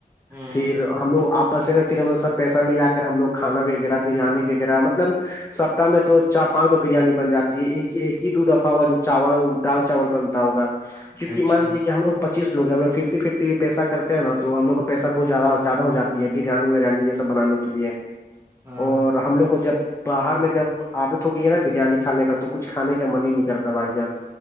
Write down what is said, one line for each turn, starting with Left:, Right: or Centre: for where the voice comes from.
Right: ہوں
Left: پھر ہم لوگ آپس میں پھر ہم لوگ سب پیسہ ملا کر ہم لوگ کھانا وغیرہ بریانی وغیرہ مطلب سپتہ میں تو چار پانچ دو بریانی بن جاتی ہے ایک ہی ایک ہی دو دفعہ ہوگا جو چاول دال چاول بنتا ہوگا کیونکہ
Right: اچھا
Left: مان لیجیے کہ ہم لوگ پچیس لوگ ہموگ ففٹی ففٹی بھی پیہ کرتے ہیں نا تو ہم لو کو پیسہ بہت زیاہ زیادہ ہو جات ہے بریانی ریانی یہ سب بنانے کے لیے
Right: ہاں
Left: اور ہم لوگ کو جب باہر میں جب عادت ہو گئی ہے نا بریانی کھانے کا تو کچھ کھانے کا من ہی نہیں کرتا بھائی جان